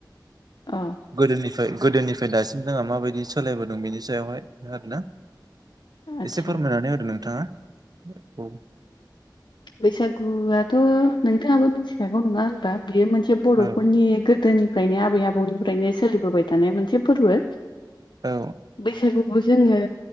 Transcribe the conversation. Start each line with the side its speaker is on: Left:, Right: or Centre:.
Left: अ
Right: गोदोनिफ्राय गोदोनिफ्राय दासिम जोंहा माबायदि सोलायबोदों बेनि सायावहाय आरोना
Left: आदसा
Right: एसे फोरमायनानै होदो नोंथाङा औ
Left: बैसागुआथ' नोंथाङाबो मिथिखागौ नङा बियो मोनसे बर'फोरनि
Right: औ
Left: गोदोनि फ्रायनो आबै आबौनिफ्रायनो सोलिबोबाय थानाय मोनसे फोरबो
Right: औ
Left: बैसागु जोङो